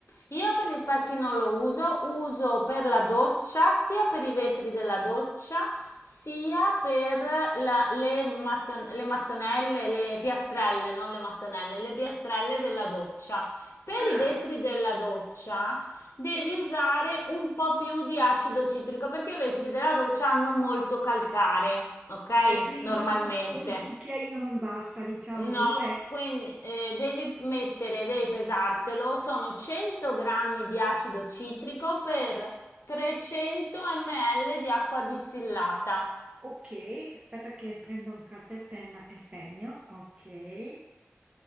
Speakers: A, on the left (about 80°); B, on the right (about 30°).
A: io per gli specchi non lo uso, uso per la doccia, sia per i vetri della doccia, sia per la- le, matton- le mattonelle, le piastrelle, non le mattonelle, le piastrelle della doccia. Per
B: Ah,
A: i vetri della doccia devi usare un po' più di acido citrico perché i vetri della doccia hanno molto calcare, ok?
B: e quindi
A: Normalmente.
B: un, cu- un cucchiaino non basta, diciamo
A: No,
B: due.
A: quindi eh, devi mettere, devi pesartelo, sono 100 grammi di acido citrico per 300 ml di acqua distillata.
B: Ok, aspetta che prendo un carta e penna e segno. Ok,